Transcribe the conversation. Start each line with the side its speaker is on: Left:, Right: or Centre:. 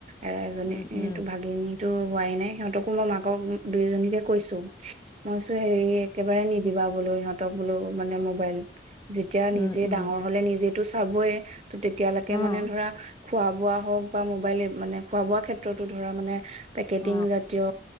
Right: এ' এজনীটো
Left: উম উম
Right: ভাগি নি তো হোৱাই নাই, সিহঁতকো মই মাকক দুইোজনীকে কৈছো, মইছো হেৰি, একেবাৰে নিদিবা বোলো সিহঁতক বোলো, মানে মোবাইল যেতিয়া
Left: উম
Right: নিজে
Left: উম
Right: ডাঙৰ হলে নিজে টো চাবই তো তেতিয়ালৈকে
Left: অ
Right: মানে ধৰা খোৱা বোৱা হওঁক বা মোবাইলে মানে খোৱা বোৱা ক্ষেত্ৰতো ধৰা, মানে পেকেটিং
Left: অ',
Right: জাতীয়